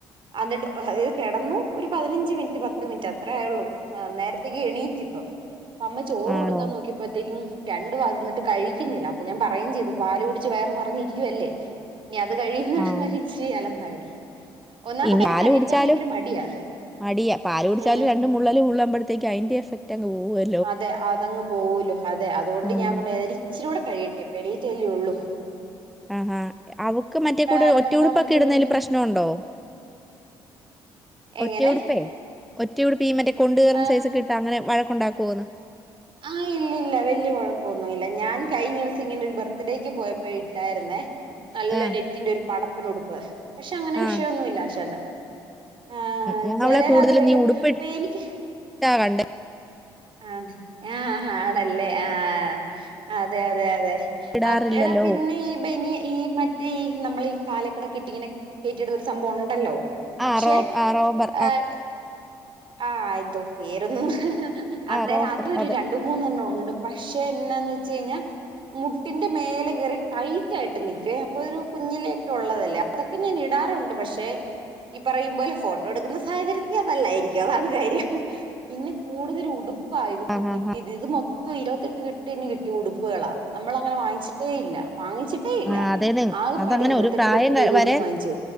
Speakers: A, on the right; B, in the centre.
A: അന്നിട്ട് ഒഹെ ഇത് കെടന്നു ഒരു പതിനഞ്ച് മിനിറ്റ് പത്ത് മിനിറ്റ് അത്രേ ആയൊള്ളു ആഹ് നേരത്തിക്ക് എണീറ്റിപ്പം അമ്മ ചോറ്
B: ആണോ
A: കൊടുക്കാൻ നോക്കിയപ്പഴത്തേക്കും രണ്ടു വാ തിന്നിട്ട് കഴിക്കുന്നില്ല അപ്പ ഞാൻ പറയേം ചെയ്തു പാല് കുടിച്ച് വയറ് നെറഞ്ഞിരിക്കുവല്ലേ ഇനി അത് കഴിയുന്നിടം
B: ആഹ്
A: വരെ ഇച്ചിരി അലമ്പായിരിക്കും ഒന്നാമത്തെ
B: ഇനി
A: കാര്യം
B: പാല്
A: കഴിക്കാൻ
B: കുടിച്ചാലും
A: ഭയങ്കര മടിയാ
B: മടിയാ പാല് കുടിച്ചാലും
A: ഉം
B: രണ്ട് മുള്ളല് മുള്ളമ്പഴത്തേക്ക് അയിന്റെ എഫക് റ്റങ്ങ് പോവുകേ
A: അതെ അതങ്ങ് പോവൂല്ലോ അതെ അതുകൊണ്ട്
B: ആഹ്
A: ഞാൻ പറഞ്ഞു ഏതായാലും ഇച്ചിരൂട കഴിയട്ടെ ഇപ്പെണീറ്റല്ലെ ഒള്ളു
B: ആഹാ ആഹ് അവക്ക് മറ്റേ കൂട്
A: അരമുക്കാൽ
B: ഒറ്റയുടുപ്പക്ക
A: മണിക്കൂർ
B: ഇടുന്നയില്
A: കഴിഞ്ഞ്
B: പ്രശ്നവൊണ്ടോ
A: എങ്ങനെ
B: ഒറ്റയുടുപ്പേ ഒറ്റയുടുപ്പീ മറ്റേ കൊണ്ട് കേറുന്ന
A: ആ
B: സൈസൊക്കെയിട്ട് ട്ടങ്ങനെ വഴക്കൊണ്ടാക്കുവോന്ന്
A: ആഹ് ഇല്ല ഇല്ല വലിയ കുഴപ്പൊന്നുമല്ല ഞാൻ കഴിഞ്ഞ ദിവസം ഇങ്ങനെ ഒരു ബർത്ത്ഡേയ്ക്ക് പോയപ്പോ ഇട്ടായിരുന്നേ നല്ല
B: ആഹ്
A: നെറ്റിന്റെ ഒരു പടപ്പന് ഉടുപ്പ് പക്ഷെ അങ്ങനെ
B: ആഹ്
A: വിഷമമൊന്നുമില്ലാശാന് ആഹ്
B: ഞാൻ
A: ചെലരത്
B: അവളെ കൂടുതലും
A: ഭയങ്കര
B: നീ ഉടുപ്പിട്ടാ
A: അപ്പൊ എനിക്ക്
B: കണ്ടേ
A: ആ ആഹ് ആഹ് ആണല്ലേ ആഹ് അതെ അതെ അതെ
B: ഇടാറില്ലല്ലോ
A: ആ എടാ പിന്നെ ഈ ബനിയ ഈ മ ഈ നമ്മള് ഈ കാലക്കൂട കെട്ടിങ്ങനെ കേറ്റിടുന്നൊരു സംഭവം ഉണ്ടല്ലോ പക്ഷെ
B: ആഹ് റോ ആഹ് റോബർ
A: ആഹ് ആ എന്തോ പേരൊന്നും ഹി ഹി അന്നേരം
B: ആഹ് റോബർ
A: അതൊരു
B: അത്
A: രണ്ട് മൂന്നെണ്ണം ഉണ്ട് പക്ഷെ എന്നാന്ന് വെച്ച് കഴിഞ്ഞാ മുട്ടിന്റെ മേലെ കേറി ടൈറ്റ് ആയിട്ട് നിക്കുവേ അപ്പൊ ഒരു കുഞ്ഞിലൊക്കെ ഉള്ളതല്ല അതൊക്കെ ഞാൻ ഇടാറുണ്ട് പക്ഷെ ഈ പറയുംപോലെ ഫോട്ടോ ട്ടോ എടുക്കുന്ന സാഹചര്യത്തിൽ അതല്ലായിരിക്കും അതാണ് കാര്യം പിന്നെ കൂടുതൽ ഉടുപ്പാ ഇവ ക്കെ
B: ആഹ്
A: കിട്ടിയത്
B: ആഹ് ആഹ്
A: ഇത് മൊത്ത ഇരുപത്തെട്ട് കെട്ടിന്ന് കിട്ടിയ ഉടുപ്പുകളാ നമ്മൾ അങ്ങനെ വാങ്ങിട്ടേ ഇല്ല വാങ്ങിച്ചി ട്ടേയില്ല
B: ആഹ് അതേന്നെ
A: ആകെ
B: അതങ്ങനെ
A: പാടെ ഇരുപത്തെട്ട്
B: ഒരു പ്രായം
A: കെട്ടിന്
B: ക
A: ഒരുടുപ്പ്
B: വരെ
A: വാങ്ങിച്ചു